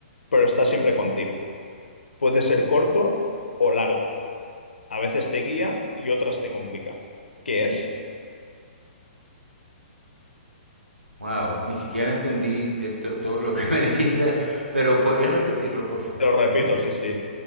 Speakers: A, on the left; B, on the right.
A: pero está siempre contigo. Puede ser corto o largo. A veces te guía y otras te complica. ¿Qué es?
B: Wow, ni siquiera entendí eh, to- todo lo que me <laughs> dijiste, pero podrías repetirlo, porfa.
A: Te lo repito,
B: Ujú.
A: sí, sí.